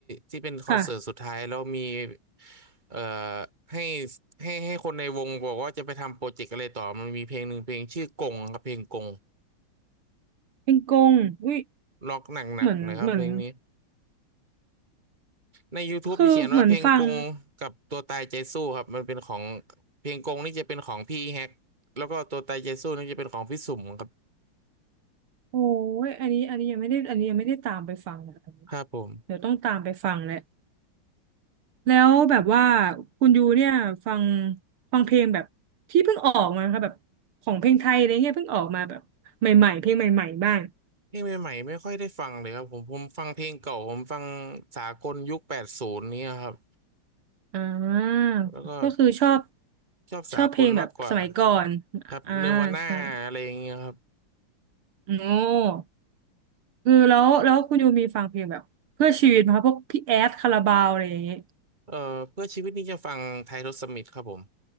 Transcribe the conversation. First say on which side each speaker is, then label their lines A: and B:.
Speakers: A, on the right; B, on the right.
A: ที่เป็นคอนเสิร์ตสุดท้ายแล้วมี
B: ค่ะ
A: เอ่อให้ให้ให้คนในวงบอกว่าจะไปทำโปรเจกต์อะไรต่อมันมีเพลงหนึ่งเพลงชื่อกงครับเพลงกง
B: เป็นกงอุ้ย
A: ล็อกหนักๆนะครับเพลงนี้
B: เหมือนเหมือน
A: ใน YouTube
B: คือเหมือนฟัง
A: จะเขียนว่าเพลงกงกับตัวตายใจสู้ครับมันเป็นของเพลงกงนี่จะเป็นของพี่แฮกแล้วก็ตัวตายใจสู้นี่จะเป็นของพี่สุ่มครับ
B: โอ้ยอันนี้อันนี้ยังไม่ได้อันนี้ยังไม่ได้ตามไปฟังนะ
A: ครับผม
B: เดี๋ยวต้องตามไปฟังแหละแล้วแบบว่าคุณยูเนี่ยฟังฟังเพลงแบบที่เพิ่งออกมาค่ะแบบของเพลงไทยอะไรเงี้ยเพิ่งออกมาแบบใหม่ๆเพลงใหม่ๆบ้าง
A: เพลงใหม่ๆไม่ค่อยได้ฟังเลยครับผมผมฟังเพลงเก่าผมฟังสากลยุคแปดศูนย์นี้ยครับ
B: อ่า
A: แล้วก็
B: ก็คือชอบ
A: ชอบสากลมากกว่า
B: ชอบเพลงแบบสมัยก่อน
A: ครับเนวาน่าอะไรอย่างเงี้ยครับ
B: อ่าใช่โอ้ เออแล้วแล้วคุณยูมีฟังเพลงแบบเพื่อชีวิตไหมคะพวกพี่แอดคาราบาวอะไรอย่างเงี้ย
A: เอ่อเพื่อชีวิตนี่จะฟังไทยรสมิธครับผม